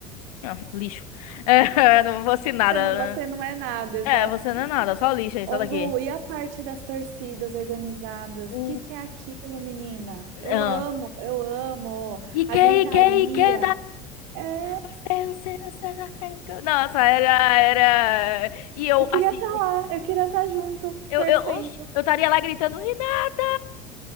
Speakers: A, on the left; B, on the right.
A: ah, lixo. <laughs> É, não fosse nada.
B: Você não, você
A: né?
B: não é nada, exato.
A: É, você não é nada, só lixo aí,
B: Ô
A: sai daqui.
B: Lu, e a parte das torcidas organizadas?
A: 우-
B: O que que é aquilo, menina? Eu
A: 어.
B: amo, eu amo
A: 이케
B: a gritaria.
A: da 이케
B: É,
A: você você você da 다데코 Nossa, era, era... E eu,
B: eu queria
A: assim,
B: estar lá, eu queria estar junto,
A: eu,
B: torcendo.
A: eu, oxe, eu estaria lá gritando, Renata!